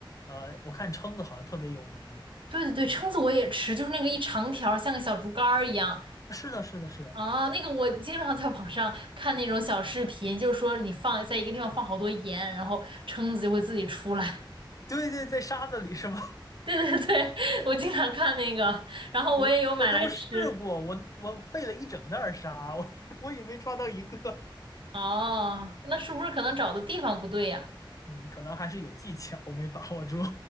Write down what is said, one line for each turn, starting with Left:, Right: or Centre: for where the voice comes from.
Left: 呃，我看蛏子好像特别有名。
Right: 对对对，蛏子我也吃，就是那个一长条儿像个小竹竿儿一样。
Left: 是的，是的，是的，
Right: 啊，那个我经常在网上看那种小视频，就是说你放在一个地方放好多盐，然后蛏子就会自己出来。
Left: 对对，在沙子里是吗？
Right: 对对对，我经常看那个，然后我也有买来吃。
Left: <laughs> 我我都试过，我我费了一整袋儿沙，我 <laughs> 我也没抓到一个。
Right: 哦，那是不是可能找的地方不对呀？
Left: 嗯，可能还是有技巧，我没把握住。